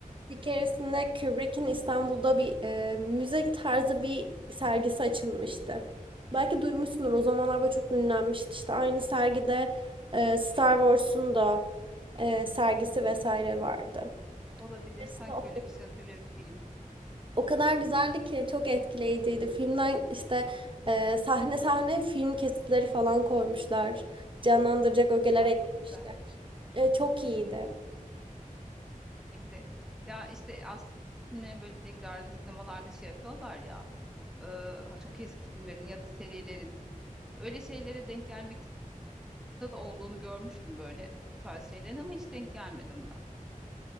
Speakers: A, on the right; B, in the centre.
A: Bir keresinde Kubrick'in İstanbul'da bir e, müze tarzı bir sergisi açılmıştı. Belki duymuşsundur o zamanlar böyle çok ünlenmişti. İşte aynı sergide e, Star Wars'un da e, sergisi vesaire vardı.
B: Olabilir sanki
A: Aslında O
B: öyle bir şey hatırlıyor gibiyim.
A: o kadar güzeldi ki çok etkileyiciydi. Filmden işte e, sahne sahne film kesitleri falan koymuşlar. Canlandıracak ögeler
B: Ay
A: eklemişler.
B: çok güzel.
A: E, çok iyiydi.
B: Keyifli. Ya işte aslında filmlerin böyle tekrarını sinemalarda şey yapıyorlar ya. e, ha çok eski filmlerin ya da serilerin. Öyle şeylere denk gelmek da da olduğunu görmüştüm böyle bu tarz şeylerin ama hiç denk gelmedim ben.